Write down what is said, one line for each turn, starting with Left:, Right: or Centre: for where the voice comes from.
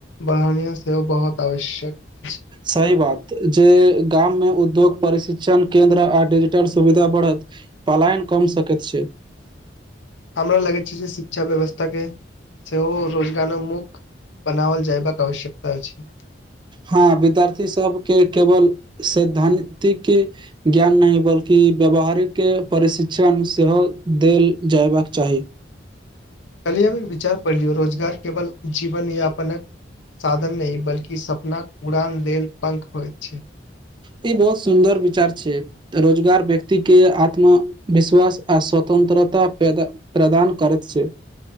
Left: बहरिया सेहो बहुत आवश्यक। अछि
Right: सही बात, जे गाममे उद्योग प्रशिक्षण केन्द्र, आ डिजिटल सुविधा बढ़त पलायन कम सकैत छै।
Left: हमरा लगै छै जे शिक्षा व्यवस्था के सेहो रोजगारोन्मुख बनावल जायबाक आवश्यकता अछि।
Right: हँ विद्यार्थी सभ, के केवल सैद्धान्ति की ज्ञान नहि, बल्कि व्यावहारिक के प्रशिक्षण सेहो देल जयबाक चाही।
Left: कलीयामीक विचार पढ़लियौ, रोजगार, केवल जीवन यापनक साधन नहि बल्कि सपनाक उड़ान लेल, पंख होइत छै।
Right: ई बहुत सुन्दर विचार छै। रोजगार व्यक्ति के आत्म-विश्वास, आ स्वतन्त्रता पेदा प्रदान करैत छै।